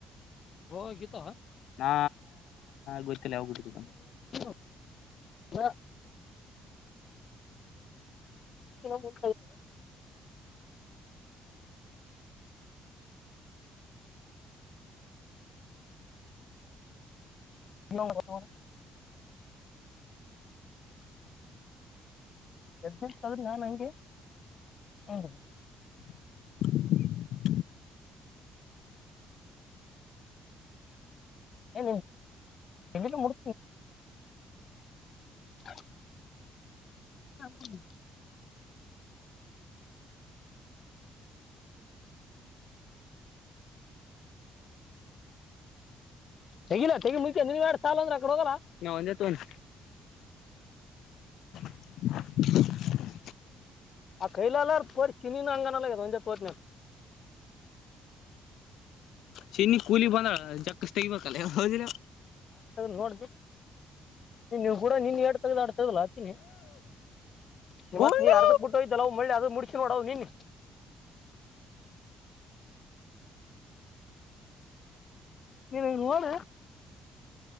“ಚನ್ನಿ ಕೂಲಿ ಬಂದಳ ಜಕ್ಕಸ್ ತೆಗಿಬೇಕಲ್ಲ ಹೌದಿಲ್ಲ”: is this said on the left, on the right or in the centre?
Left